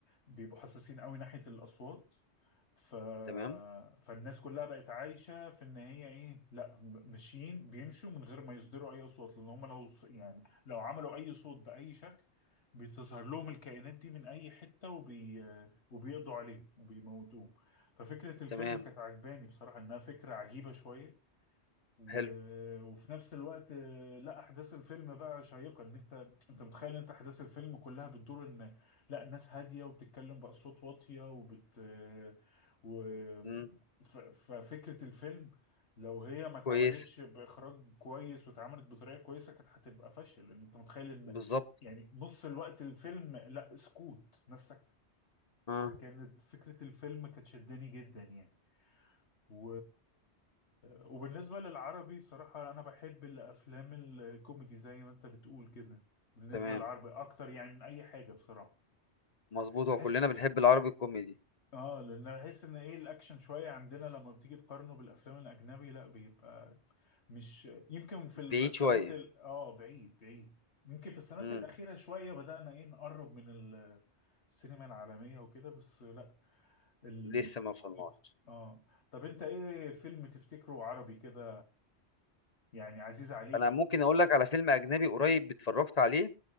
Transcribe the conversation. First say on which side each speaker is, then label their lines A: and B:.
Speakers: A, on the left; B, on the left.
A: بيبقوا حساسين قوي ناحية الأصوات ف...
B: تمام
A: فالناس كلها بقت عايشة في إن هي إيه لا ب- ماشيين بيمشوا من غير ما يصدروا أي أصوات لأن هم لو ص- يعني لو عملوا أي صوت بأي شكل بتظهر لهم الكائنات دي من أي حتة وبي... وبيقضوا عليهم وبيموتوهم ففكرة الفيلم
B: تمام
A: كانت عجباني بصراحة إنها فكرة عجيبة شوية و...
B: حلو
A: وفي نفس الوقت آه، لا احداث الفيلم بقى شيقه ان انت انت متخيل انت احداث الفيلم كلها بتدور ان لا الناس هاديه وبتتكلم باصوات واطيه وبت آه، و...
B: امم
A: ف... ففكره الفيلم لو هي ما اتعملتش
B: كويس
A: باخراج كويس واتعملت بطريقه كويسه كانت هتبقى فاشل لان انت متخيل ان
B: بالظبط
A: يعني نص الوقت الفيلم لا سكوت ناس ساكته
B: اه
A: فكانت فكره الفيلم كانت شداني جدا يعني و... وبالنسبة للعربي بصراحة أنا بحب الأفلام الكوميدي زي ما أنت بتقول كده بالنسبة
B: تمام
A: للعربي أكتر يعني من أي حاجة بصراحة
B: مظبوط
A: بحس
B: هو كلنا بنحب العربي الكوميدي
A: آه لأن أنا بحس إن إيه الأكشن شوية عندنا لما بتيجي تقارنه بالأفلام الأجنبي لا بيبقى مش يمكن في السنوات
B: بعيد شوية
A: ال... آه بعيد بعيد يمكن في السنوات
B: امم
A: الأخيرة شوية بدأنا إيه نقرب من ال... السينما العالمية وكده بس لا ال...
B: لسه ما وصلناش
A: آه طب أنت إيه فيلم تفتكره عربي كده يعني عزيز عليك
B: انا
A: او
B: ممكن اقول لك على فيلم اجنبي قريب اتفرجت عليه